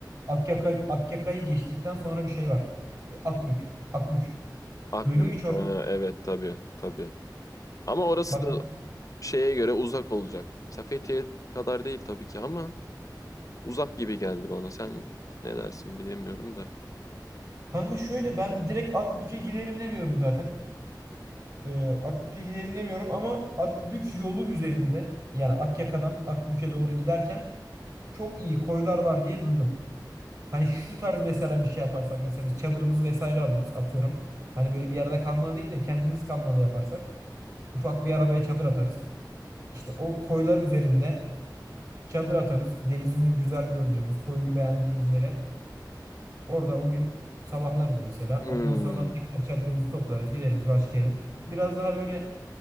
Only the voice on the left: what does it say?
Akbük.
Ha, evet tabii tabii. Ama orası
da şeye göre uzak olacak. Mesela Fethiye kadar değil tabii ki ama uzak gibi geldi bana. Sen ne dersin bilemiyorum da.
Hmm.